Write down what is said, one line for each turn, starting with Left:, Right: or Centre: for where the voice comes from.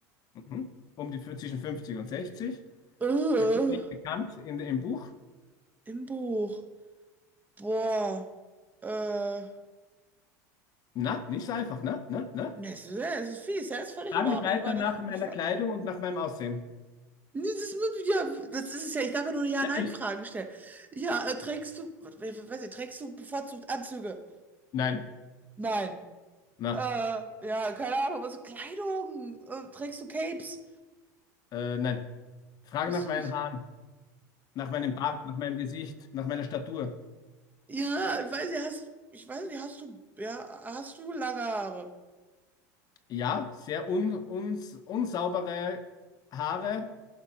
Left: Mhm. Um die zwischen 50 und 60.
Right: Äh,
Left: Beruflich bekannt in, im Buch.
Right: im Buch. Boah, äh.
Left: Na, nicht so einfach, ne? Ne? Ne?
Right: Ne, Es ist, ja, es ist fies, ja, ist völlig
Left: Frag
Right: in Ordnung.
Left: mich weiter
Right: Ich meine,
Left: nach
Right: ich,
Left: Nach meiner
Right: ich war.
Left: Kleidung und nach meinem Aussehen.
Right: Nee, Das ist, ja, das ist es ja. Ich darf ja nur eine Ja-Nein-Frage
Left: Ja.
Right: stellen. Ja, äh, trägst du, was- we- weiß ich, trägst du bevorzugt Anzüge?
Left: <laughs> Nein.
Right: Nein.
Left: Na,
Right: Äh, ja, keine Ahnung, was, Kleidung? Äh, trägst du Capes?
Left: äh, nein. Frage
Right: Bist
Left: nach
Right: du,
Left: meinen
Right: <laughs>
Left: Haaren, nach meinem Bart, nach meinem Gesicht, nach meiner Statur.
Right: ja, ich weiß nicht, hast, ich weiß nicht, hast du, ja, hast du lange Haare?
Left: Ja, sehr un, uns, unsaubere Haare,